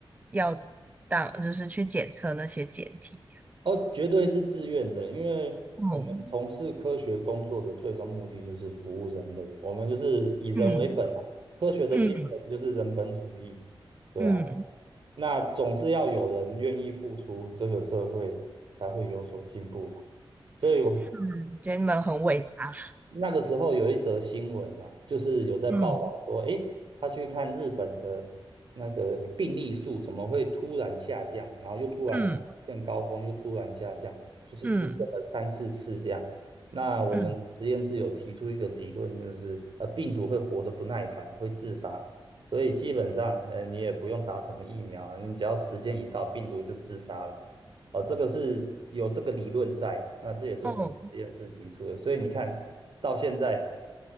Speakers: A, on the right (about 15°); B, on the right (about 65°).
A: 要当，就是去检测那些检体？
B: 哦，绝对是自愿的，因为我们从事科学工作的最终目的就是服务人类，
A: 哦，
B: 我们就是以人为本啊。
A: 嗯
B: 科学的精神就是人本主义。
A: 嗯
B: 对啊，
A: 嗯，
B: 那总是要有人愿意付出，这个社会才会有所进步啊。所以我，
A: 是，觉得你们很伟大。
B: 那个时候有一则新闻呢，就是有在报道说，
A: 嗯
B: 诶，他去看日本的那个病例数怎么会突然下降，然后又突然见高峰，
A: 嗯
B: 又突然下降，就是出现了三四次这样。
A: 嗯
B: 那我们实验室有提出一个理论，
A: 嗯，
B: 就是呃，病毒会活得不耐烦，会自杀，所以基本上呃，你也不用打什么疫苗啊，你只要时间一到，病毒就自杀了。哦，这个是有这个理论在，那这也是我们实验室提出的，
A: 哦，
B: 所以你看到现在